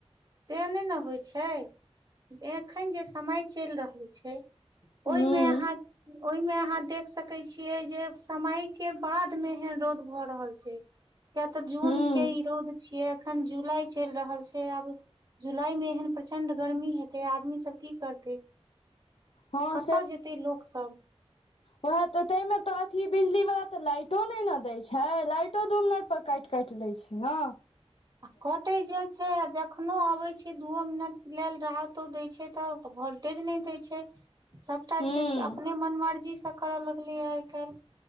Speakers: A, on the right; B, on the left.
A: से नहि न होइ छै, एखन जे समय चलि रहल छै
B: हूँ
A: ओहिमे अहाँ ओहिमे अहाँ देख सकै छियै जे, समय के बाद मे एहन रौंद भऽ रहल छै। किया त जूनके
B: हूँ
A: ई रौंद छियै, अखन जुलाई चलि रहल छै आब जुलाई मे एहन प्रचंड गर्मी हेतै, आदमी सब की करतै
B: हँ
A: कतऽ जेतै लोकसब
B: वएह त तय में त अथी बिजली वला त लाइटो नहि ने दय छै, लाइटो दू मिनट, पर काटि-काटि दै छै, हँ
A: आ कटै जे छै, आ जखनो अबै छै दूओ मिनट लैल राहतो दै छै तऽ वोल्टेज नहि दै छै। सबटा
B: हूँ
A: जे अपने मन मर्जी स कर‌ऽ लगलैए आइ काल्हि